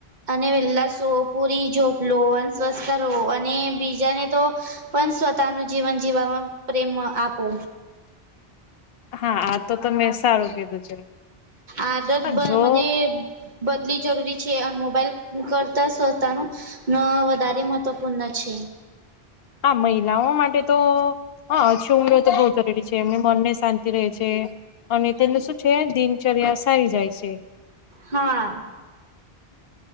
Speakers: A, on the right; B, on the left.
A: અને વેલ્લા સુઓ પુરી જો લોન સ્વસ્થો અને બીજાને તો પણ સ્વતાનું જીવન જીવામાં પ્રેમમાં આપો.
B: હા, આ તો તમે સારું કીધું છે.
A: આદત
B: હા
A: બ
B: જો
A: મજે બદલી જરૂરી છે અને મોબાઈલ કરતા સ્તાનું ના વધારે મહત્વપૂર્ણ ના છે.
B: હા, મહિલાઓ માટે તો હા છુંડ તો બહુ જરૂરી છે એમની મનને શાંતિ રહે છે. અને તેનું શું છે દિનચર્યા સારી જાય છે.
A: હા.